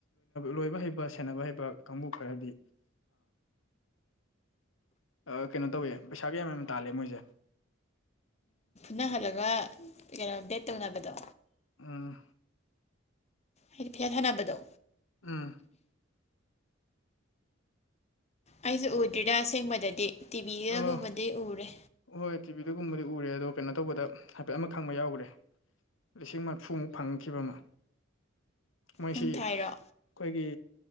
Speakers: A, on the left; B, on the left.
A: ꯂꯣꯏꯕ ꯍꯩꯕ ꯁꯦꯟꯅꯕ ꯍꯩꯕ ꯀꯥꯡꯕꯨ ꯈꯔꯗꯤ ꯑ ꯀꯩꯅꯣ ꯇꯧꯋꯦ ꯄꯩꯁꯥ ꯀ ꯌꯥꯝ ꯌꯥꯝ ꯇꯥꯜꯂꯦ ꯃꯣꯏꯁꯦ
B: ꯅꯩꯍꯜꯂꯒ ꯀꯩꯅꯣ ꯕꯦꯠ ꯇꯧꯅꯕꯗꯣ
A: ꯑꯎ
B: ꯍꯥꯏꯗꯤ ꯐꯤꯌꯥꯠ ꯊꯥꯅꯕꯗꯣ
A: ꯑꯎ
B: ꯑꯩꯁꯨ ꯎꯗ꯭ꯔꯤꯗ ꯑꯁꯦꯡꯕꯗꯗꯤ ꯇꯤꯚꯤꯗꯒꯨꯝꯕꯗꯤ
A: ꯑꯣ
B: ꯎꯔꯦ
A: ꯍꯣꯏ ꯇꯤꯚꯤꯗꯒꯨꯝꯕꯗꯤ ꯎꯔꯦ ꯑꯗꯣ ꯀꯩꯅꯣ ꯇꯧꯕꯗ ꯍꯥꯏꯐꯦꯠ ꯑꯃ ꯈꯪꯕ ꯌꯥꯎꯈ꯭ꯔꯦ ꯂꯤꯁꯤꯡ ꯃꯔꯐꯨꯃꯨꯛ ꯐꯪꯈꯤꯕ ꯑꯃ ꯃꯣꯏꯁꯤ
B: ꯅꯪ ꯊꯥꯏꯔꯣ
A: ꯑꯩꯈꯣꯏꯒꯤ